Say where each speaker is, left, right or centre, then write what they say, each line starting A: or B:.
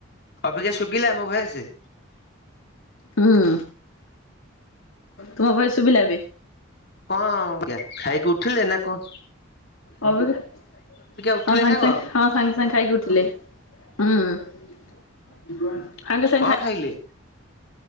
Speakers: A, on the left; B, on the left.
A: ଅବିକା ଶୁଭିଲା ମୋ ଭଏସ
B: ହୁଁ ତୁମ ଭୟସ ସୁବିଲ ଏବେ
A: କଣ ଆଜ୍ଞା ଖାଇକି ଉଠିଲେ ନା କହ
B: ଅ ହଁ ସାଙ୍ଗେ
A: ଉଠିଲେ ସାଙ୍ଗ
B: ସାଙ୍ଗେ ହଁ ସାଙ୍ଗେ ସାଙ୍ଗେ ଖାଇକି ଉଠିଲେ। ହୁଁ। ସାଙ୍ଗେ ସାଙ୍ଗେ
A: କଣ
B: ଖାଇ
A: ଖାଇଲେ।